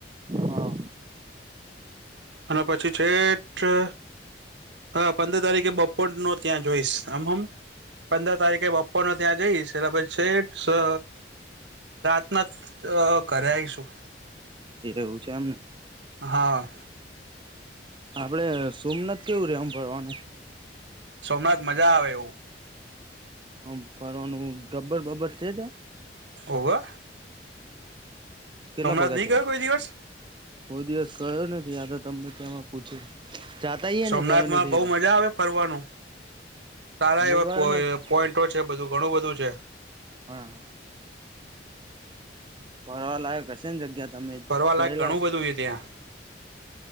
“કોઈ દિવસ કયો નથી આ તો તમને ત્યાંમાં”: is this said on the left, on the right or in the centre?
Right